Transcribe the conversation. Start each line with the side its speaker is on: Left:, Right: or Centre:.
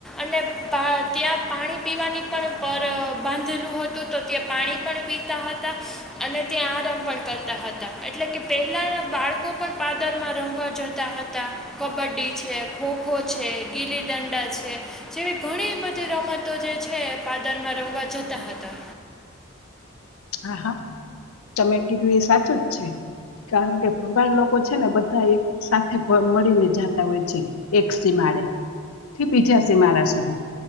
Centre: અને પા ત્યાં પાણી પીવાની પણ પર બાંધેલું હતું, તો ત્યાં પાણી પણ પીતા હતા. અને ત્યાં આરામ પણ કરતા હતા. એટલે કે પહેલાના બાળકો પણ પાદરમાં રમવા જતા હતા. કબડ્ડી છે, ખોખો છે, ગીલી દંડા છે, જેવી ઘણી એ બધી રમતો જે છે, પાદરમાં રમવા જતા હતા.
Left: હા, હા. તમે કીધું એ સાચું જ છે. કારણ કે ભરવાડ લોકો છે ને, બધા એક સાથે ભ મળીને જાતા હોય છે. એક સીમા માડેે થી બીજા સિમાડા સુધી.